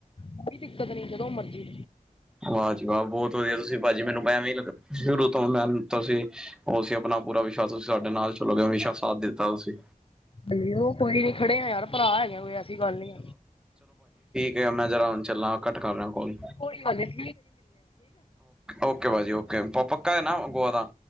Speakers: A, on the left; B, in the centre.
A: ਕੋਈ ਦਿੱਕਤ ਨੀ ਜਦੋਂ ਮਰਜ਼ੀ
B: ਵਾਹ ਜੀ ਵਾਹ, ਬਹੁਤ ਵਧੀਆ ਤੁਸੀਂ ਭਾਜੀ ਮੈਨੂੰ ਐਂਵੇ ਲੱਗਾ ਸ਼ੁਰੂ ਤੋਂ ਮੈ ਤੁਸੀ ਉਹ ਅਸੀ ਅਪਨਾ ਪੂਰਾ ਵਿਸ਼ਵਾਸ, ਤੁਸੀ ਸਾਡੇ ਨਾਲ ਚਲੋਗੇ, ਹਮੇਸ਼ਾ ਸਾਥ ਦਿੱਤਾ ਤੁਸੀਂ
A: ਅਸੀਂ ਉਹ ਕੋਈ ਨੀ ਖੜੇ ਆ ਯਾਰ ਭਰਾ ਹੈਗੇ ਆਂ ਕੋਈ ਐਸੀ ਗੱਲ ਨੀ
B: ਤੇ ਹੁਨ ਮੈ ਜ਼ਰਾ ਹੁਣ ਚਲਾ ਕੱਟ ਕਰ ਰਿਹਾ ਕੋਲ
A: ਕੋਈ ਗੱਲ ਨਹੀਂ
B: ਓਕੇ ਭਾਜੀ ਓਕੇ ਪੱਕਾ ਹੈ ਨਾ ਗੋਆ ਦਾ